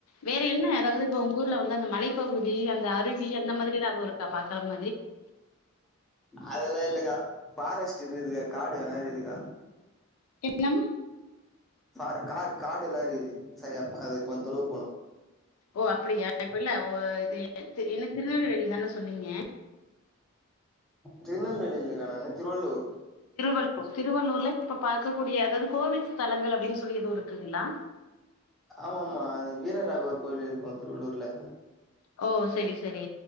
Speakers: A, on the left (about 85°); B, in the centre.
A: வேற என்ன அதாவ்து இப்போ ஒங்கூர்ல வந்து அந்த மலை பகுதி அந்த அருவி அந்த மாதிரி எதாவ்து இருக்கா பக்கம்
B: அதெல்லா இல்லக்கா ஃபாரஸ்ட் இதுகிதுகா காடு வேனா இருகிதுகா
A: என்னமா
B: ஃபாரு காடு காடெல்லா இருக்குது சர்யா அது கொஞ் தொலுவு போனு
A: ஓ அப்பிடியா இப்பில்ல ஓ இது என்ன திருநெல்வேலினிதான சொன்னீங்க
B: திருநெல்வேலி இல்லக்கா நானு திருவள்ளூர்
A: திருவள்ளூர் திருவள்ளூர்ல இப்ப பாக்க கூடிய அதாவ்து கோவில் ஸ்தலங்கள் அப்டின் சொல்லி எது இருக்குங்ளா
B: ஆமாம்மா அது வீரராகவர் கோவில் இருக்கு திருவள்ளூர்ல
A: ஓ செரி செரி